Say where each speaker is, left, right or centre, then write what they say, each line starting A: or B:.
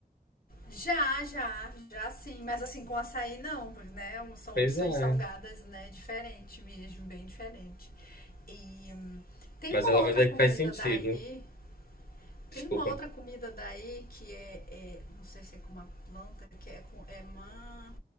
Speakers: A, on the left; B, on the left.
A: Já, já, já sim, mas assim com açaí não, pois, né? um- São
B: Pois
A: opções
B: é.
A: salgadas, né? Diferente mesmo, bem diferente. E hum, tem
B: Mas
A: uma
B: ela
A: outra
B: vai ver
A: comida
B: que faz sentido.
A: daí,
B: Desculpa.
A: tem uma outra comida daí que é, é- não sei se é com uma planta, que é com é man,